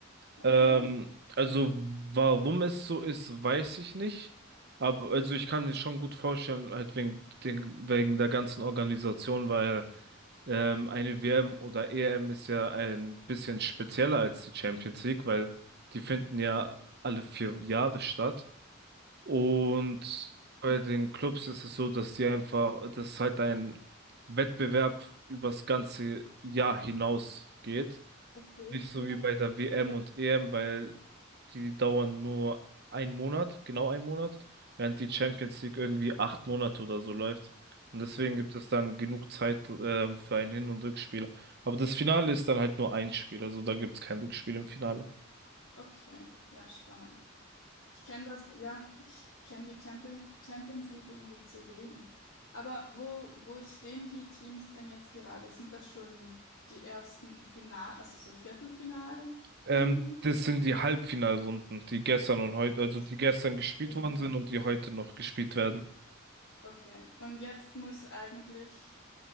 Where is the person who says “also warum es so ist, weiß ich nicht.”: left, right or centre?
Right